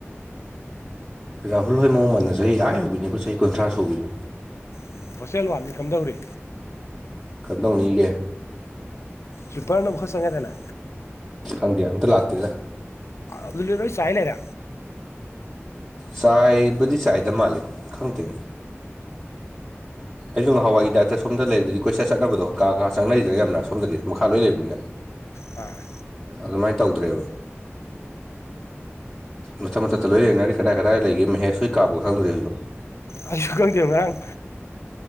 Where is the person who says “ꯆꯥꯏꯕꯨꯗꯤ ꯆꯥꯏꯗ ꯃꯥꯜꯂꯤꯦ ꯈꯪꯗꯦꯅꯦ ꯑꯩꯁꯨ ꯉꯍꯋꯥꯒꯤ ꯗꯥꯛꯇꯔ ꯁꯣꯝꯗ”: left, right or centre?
Centre